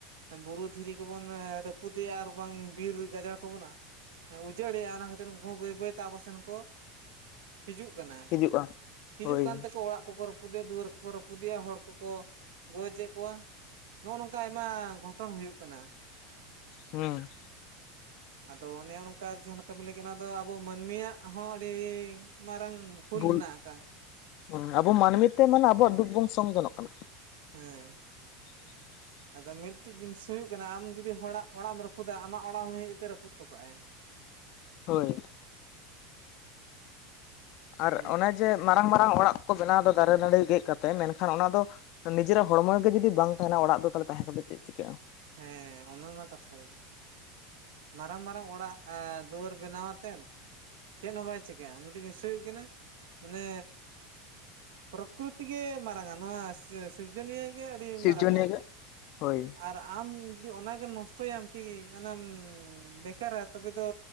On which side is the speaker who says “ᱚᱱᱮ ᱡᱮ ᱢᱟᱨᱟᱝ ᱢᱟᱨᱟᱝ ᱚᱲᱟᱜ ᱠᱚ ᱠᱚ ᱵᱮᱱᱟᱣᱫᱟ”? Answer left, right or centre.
Left